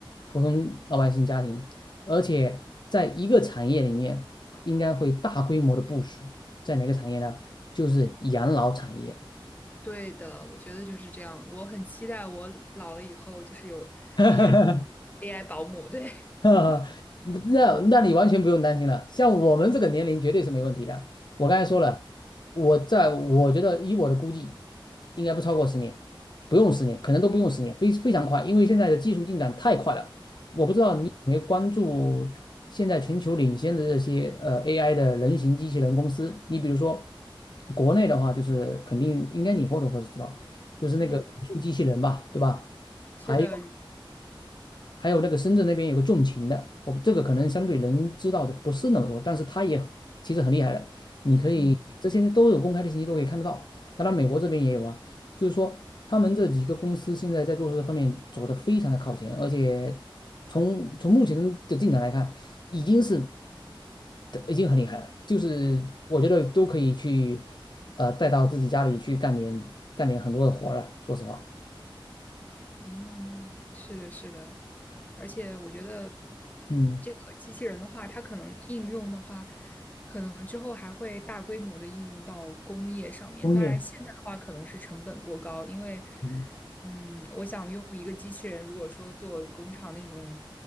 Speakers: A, on the left (about 55°); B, on the left (about 20°).
A: 普通老百姓家庭，而且在一个产业里面，应该会大规模的部署。在哪个产业呢？就是养老产业。
B: 对的，我觉得就是这样。我很期待我老了以后就是有
A: <laughs>
B: AI AI 保姆，对，
A: <laughs> 那那你完全不用担心了，像我们这个年龄绝对是没问题的。我刚才说了，
B: <laughs>
A: 我在我觉得以我的估计，应该不超过十年，不用十年，可能都不用十年，非非常快，因为现在的技术进展太快了。我不知道你有没有关注现在全球领先的这些呃
B: 嗯
A: AI 的人形机器人公司，你比如说国内的话，就是肯定应该你或者或会知道，就是那个语数机器人吧，
B: 嗯，
A: 对吧？
B: 是的，
A: 还。还有那个深圳那边有个纵情的，我这个可能相对人知道的不是那么多，但是他也其实很厉害的。你可以这些都有公开的信息都可以看得到，
B: 嗯。
A: 当然美国这边也有啊。就是说，他们这几个公司现在在做这方面走的非常的靠前，而且从从目前的进展来看，已经是已经很厉害了。就是我觉得都可以去呃带到自己家里去干点干点很多的活儿了。说实话，
B: 嗯，是的，是的，而且我觉得
A: 嗯，
B: 这个机器人的话，它可能应用的话，可能之后还会大规模的应用到工业上面。
A: 工业，
B: 当然，现在的话可能是成本过高，因为，
A: 嗯
B: 嗯，我想用一个机器人，如果说做工厂那种